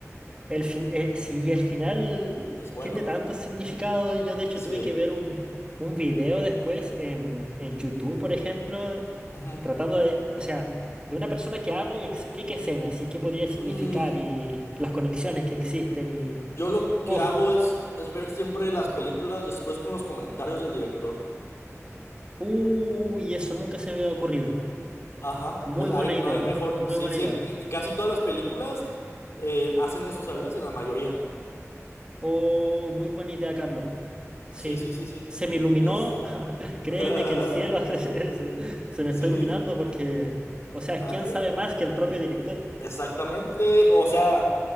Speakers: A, on the right; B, on the left.
A: el fin, eh, sí, el final
B: Es bueno,
A: tiene
B: ¿no?
A: tantos significados. Yo de hecho
B: Sí.
A: tuve que ver un, un video después en, en YouTube, por ejemplo,
B: Ujú.
A: tratando de, o sea, de una persona que hable y explique escenas y qué podría significar
B: Mm,
A: y las conexiones que existen y...
B: yo lo que
A: Uf,
B: hago es, es ver siempre las películas después con los comentarios del director.
A: uy, eso nunca se me había ocurrido.
B: Ajá,
A: Muy
B: es-
A: buena
B: hay-
A: idea,
B: no hay mejor.
A: muy
B: Sí,
A: buena
B: siempre,
A: idea.
B: y, y casi todas las películas eh, hacen eso, ¿sabías? En la mayoría.
A: Oh, muy buena idea, Carlos. Sí,
B: Sí, sí, sí, sí.
A: se me iluminó.
B: Este.
A: <laughs> Créeme
B: <laughs>
A: que el cielo <laughs> hace eso. Se me está
B: Sí,
A: iluminando porque, o sea,
B: ah,
A: ¿quién
B: eh,
A: sabe más que el propio director?
B: exactamente. O sea,